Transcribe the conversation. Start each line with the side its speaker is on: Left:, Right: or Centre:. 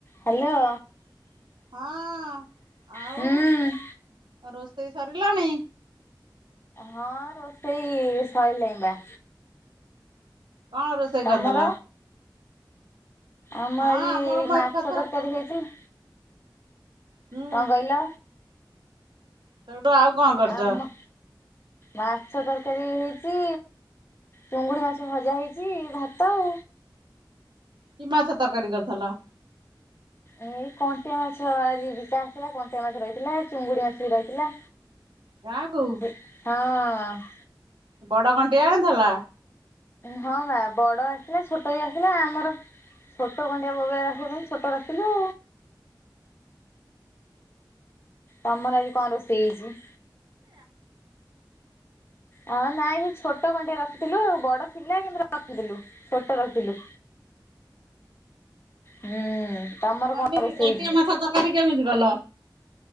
Left: Hello.
Right: ହଁ ଆଉ
Left: ହୁଁ।
Right: ରୋଷେଇ ସରିଲାଣି?
Left: ହଁ ରୋଷେଇ ସୋଇିଲାଣି ବା।
Right: କଣ ରୋଷେଇ
Left: ତମର?
Right: କରିଥିଲ?
Left: ଆମ
Right: ହଁ
Left: ଏଇ
Right: ଆମର ମୁଁ
Left: ମାଛ
Right: ଏକାଥରେ
Left: ତରକାରୀ ହେଇଛି।
Right: ହୁଁ
Left: କଣ କହିଲ?
Right: ସେଇଠୁ ଆଉ କଣ କରିଛ?
Left: ଆମ ମାଛ ତରକାରୀ ହେଇଛି ଚୁଙ୍ଗୁଡି ମାଛ ଭଜା ହେଇଛି ଭାତ ଆଉ।
Right: କି ମାଛ ତରକାରୀ କରିଥିଲ?
Left: ଏଇ କଣ୍ଟିଆ ମାଛ ବିକା ଆସିଥିଲା କଣ୍ଟିଆ ମାଛ ରହିଥିଲା ଚୁଙ୍ଗୁଡି ମାଛ ବି ରହିଥିଲା।
Right: ଗାଁକୁ
Left: ହଁ।
Right: ବଡ କଣ୍ଟିଆ ଆଣିଥିଲା?
Left: ହଁ ବା ବଡ ଆସିଥିଲା ଛୋଟ ବି ଆସିଥିଲା ଆମର ଛୋଟ କଣ୍ଟିଆ ବଗେଇ ଆସିବା ପାଇଁ ଛୋଟ ରଖିଲୁ। ତମର ଆଜି କଣ ରୋଷେଇ ହେଇଛି? ହଁ ନାଇଁ ସେ ଛୋଟ କଣ୍ଟିଆ ରଖିଥିଲୁ ଆଉ ବଡ ଥିଲା କିନ୍ତୁ ରଖିଥିଲୁ ଛୋଟ ରଖିଲୁ। ହୁଁ ତମର
Right: କେମିତି
Left: କଣ ରୋଷେଇ
Right: କଣ୍ଟିଆ
Left: ହେଇଛି?
Right: ମାଛ ତରକାରୀ କେମିତି କଲ?